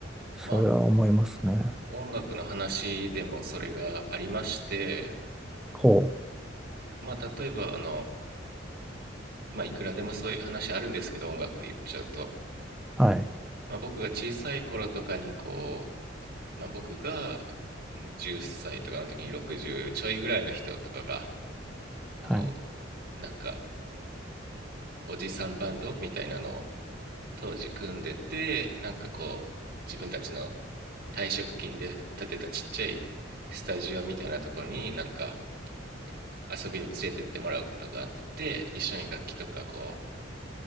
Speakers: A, on the right (about 55°); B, in the centre.
A: ま
B: それは思いますね。
A: あ音楽の話でもそれがありまして
B: ほ
A: まあ例えばあの、まあ、いくらでもそういう話あるんですけど音楽で言っちゃうと、
B: う。はい。
A: まあ、僕が小さい頃とかにこう、まあ、僕が10歳とかの時に60ちょいぐらいの人とかがこ
B: はい。
A: うなんかおじさんバンドみたいなのを当時組んでてなんかこう自分たちの退職金で建てたちっちゃいスタジオみたいなとこになんか遊びに連れてってもらうことがあって一緒に楽器とかこう